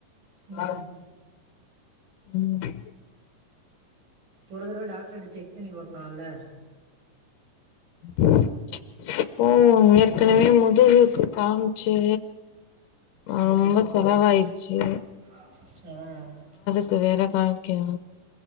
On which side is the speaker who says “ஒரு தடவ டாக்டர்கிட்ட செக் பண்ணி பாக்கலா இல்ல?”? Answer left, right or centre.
Right